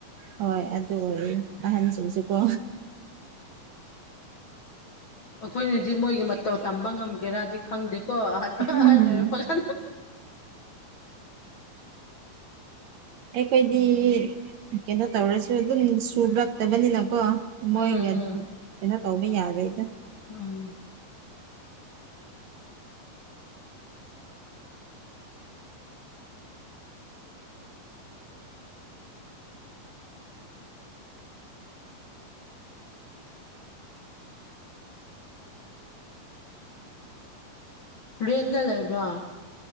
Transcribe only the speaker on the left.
ꯑꯩꯈꯣꯏꯅꯗꯤ ꯃꯣꯏꯒꯤ ꯃꯇꯧ ꯇꯝꯕ ꯉꯝꯒꯦꯔꯥꯗꯤ ꯈꯪꯗꯦꯀꯣ ꯑꯍ
ꯐꯖ
ꯎꯝ
ꯎꯝ
ꯎꯝ ꯔꯦꯟꯗ ꯂꯩꯕ꯭ꯔ